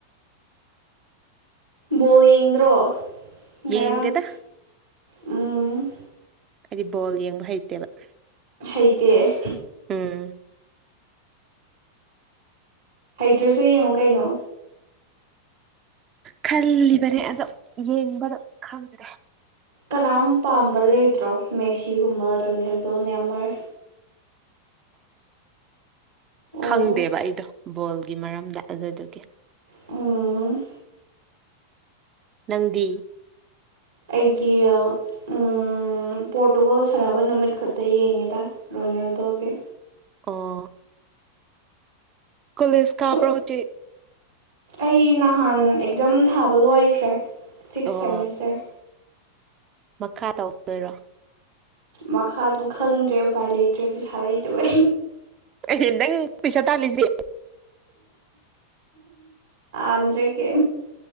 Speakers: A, on the right; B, on the right.
A: ꯕꯣꯜ ꯌꯦꯡꯗ꯭ꯔꯣ ꯉꯔꯥꯡ
B: ꯌꯦꯗꯦꯗ
A: ꯎꯝ
B: ꯍꯥꯏꯗꯤ ꯕꯣꯜ ꯌꯦꯡꯕ ꯍꯩꯇꯦꯕ
A: ꯍꯩꯇꯦ
B: ꯎꯝ
A: ꯍꯩꯇ꯭ꯔꯁꯨ ꯌꯦꯡꯉꯨ ꯀꯩꯅꯣ
B: ꯈꯜꯂꯤꯕꯅꯦ ꯑꯗꯣ ꯌꯦꯡꯕꯗꯣ ꯈꯜꯗꯦ
A: ꯀꯅꯥꯝ ꯄꯥꯝꯕ ꯂꯩꯇ꯭ꯔꯣ ꯃꯦꯁꯤꯒꯨꯝꯕ ꯔꯣꯅꯦꯜꯗꯣ ꯅꯃꯔ ꯑꯣ
B: ꯈꯪꯗꯦꯕ ꯑꯩꯗꯣ ꯕꯣꯜꯒꯤ ꯃꯔꯝꯗ ꯑꯗꯨꯗꯨꯒꯤ
A: ꯑꯣ
B: ꯅꯪꯗꯤ
A: ꯑꯩꯗꯤ ꯎ ꯄꯣꯔꯇꯨꯒꯜ ꯁꯥꯟꯅꯕ ꯅꯨꯃꯤꯠ ꯈꯛꯇ ꯌꯦꯡꯉꯦꯗ ꯔꯣꯅꯦꯜꯗꯣꯒꯤ
B: ꯑ ꯀꯣꯂꯦꯖ ꯀꯥꯕ꯭ꯔꯍꯇ
A: ꯁꯨꯝ ꯑꯩ ꯅꯍꯥꯟ ꯑꯦꯛꯖꯥꯝ ꯊꯥꯕ ꯂꯣꯏꯈ꯭ꯔꯦ ꯁꯤꯛꯁ
B: ꯑꯣ
A: ꯁꯦꯃꯤꯁꯇꯔ
B: ꯃꯈꯥ ꯇꯧꯗꯣꯏꯔꯣ
A: ꯃꯈꯥꯗꯨꯕꯨ ꯈꯪꯗ꯭ꯔꯦ ꯎꯄꯥꯏ ꯂꯩꯇ꯭ꯔꯦ ꯄꯩꯁꯥ ꯂꯩꯇꯕ
B: ꯑꯦ ꯅꯪ ꯄꯩꯁꯥ ꯇꯥꯜꯂꯤꯁꯦ
A: ꯎꯝꯗ꯭ꯔꯦ ꯀꯦ